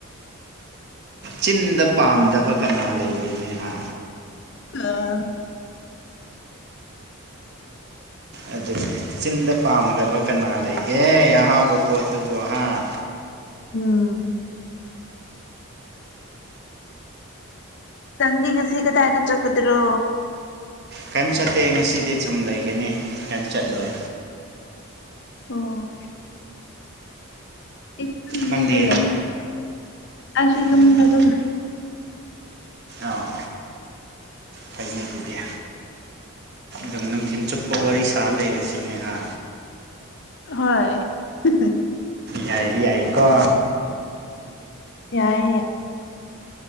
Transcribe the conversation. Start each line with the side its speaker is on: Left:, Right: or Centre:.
Right: ꯆꯤꯟꯗ ꯄꯥꯝꯗꯕ ꯀꯅꯥ ꯂꯩꯒꯦꯅꯦ ꯍꯥ
Left: ꯑꯍꯥ
Right: ꯑꯗꯨꯅꯦ ꯆꯤꯟꯗ ꯄꯥꯝꯗꯕ ꯀꯅꯥ ꯂꯩ ꯌꯦ ꯑꯥꯍꯥꯎꯕ ꯄꯣꯠꯇꯨꯕꯨ ꯍꯥꯥ
Left: ꯎꯝ ꯇꯪꯒ ꯉꯥꯁꯤ ꯒꯗꯥꯏꯗꯥ ꯆꯠꯀꯗ꯭ꯔꯣ
Right: ꯀꯏꯝ ꯆꯠꯇꯦ ꯉꯁꯤꯗꯤ ꯁꯨꯝ ꯂꯩꯒꯅꯤ ꯀꯏꯝ ꯆꯠꯂꯣꯏ
Left: ꯑꯣ ꯑꯩꯁꯨ
Right: ꯅꯪꯗꯤ
Left: ꯌꯨꯝꯗ ꯂꯩ ꯑꯩꯁꯨ ꯌꯨꯝꯗ
Right: ꯎꯝ ꯑ
Left: ꯑꯗꯨꯝ ꯂꯩ
Right: ꯑꯣ ꯐꯩꯅꯦ ꯑꯗꯨꯗꯤ ꯗꯨꯝ ꯅꯨꯡꯊꯤꯟ ꯆꯨꯞꯄ ꯋꯥꯔꯤ ꯁꯥ ꯂꯩꯔꯁꯤꯅꯦꯍꯥ
Left: ꯍꯣꯏ <inaudible>
Right: ꯌꯥꯏ ꯌꯥꯏꯀꯣ
Left: ꯌꯥꯏꯌꯦ